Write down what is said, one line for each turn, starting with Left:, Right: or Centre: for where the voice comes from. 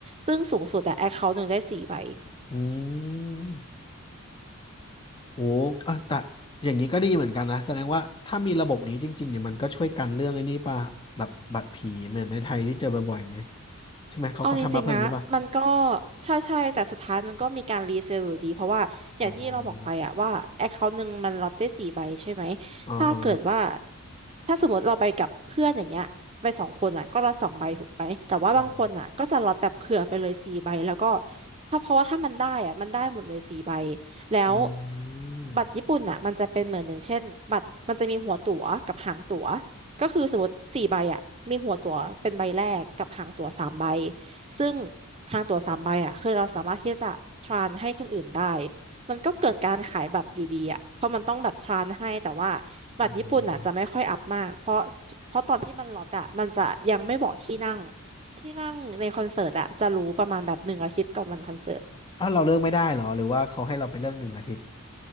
Right: ซึ่งสูงสุดอะ account หนึ่งได้สี่ใบ
Left: อืมโอ้อ่ะแต่อย่างนี้ก็ดีเหมือนกันนะแสดงว่าถ้ามีระบบนี้จริงๆเนี่ยมันก็ช่วยกันเรื่องไอ้นี่ป่ะแบบบัตรผีเหมือนในไทยที่เจอบ่อยๆไหม ใช่ไหมเขาเขาทำมาเพื่ออย่างนี้ป่ะ
Right: เอาจริงๆนะมันก็ใช่ใช่แต่สุดท้ายมันก็มีการรีเซลอยู่ดีเพราะว่าอย่างที่เราบอกไปอะว่าแอคเคาท์หนึ่งมันล็อตได้สี่ใบใช่ไหม
Left: อ๋ออ๋อฮะ
Right: ถ้าเกิดว่าถ้าสมมติเราไปกับเพื่อนอย่างเงี้ยไปสองคนอะก็ละสองใบถูกไหมแต่ว่าบางคนอะก็จะล็อตแบบเผื่อไปเลยสี่ใบแล้วก็
Left: อืม
Right: ถ้าเพราะว่าถ้ามันได้อะมันได้หมดเลยสี่ใบแล้ว
Left: อื
Right: บัตรญี่ปุ่นอะมันจะเป็นเหมือนอย่างเช่นบัตรมันจะมีหัวตั๋วกับหางตั๋ว
Left: ม
Right: ก็คือสมมติสี่ใบอะมีหัวตั๋วเป็นใบแรกกับหางตั๋วสามใบ ซึ่งทางตั๋วสามใบอ่ะคือเราสามารถที่จะทรานให้คนอื่นได้ มันก็เกิดการขายบัตรอยู่ดีอ่ะเพราะมันต้องแบบทรานให้แต่ว่าบัตรญี่ปุ่นอ่ะจะไม่ค่อยอัพมากเพราะ
Left: อืม
Right: เพราะตอนที่มันล็อตอ่ะมันจะยังไม่บอกที่นั่งที่นั่งในคอนเสิร์ตอ่ะจะรู้ประมาณแบบหนึ่งอาทิตย์ก่อนวันคอนเสิร์ต
Left: อ้าวเราเลือกไม่ได้เหรอหรือว่าเขาให้เราไปเลือกหนึ่งอาทิตย์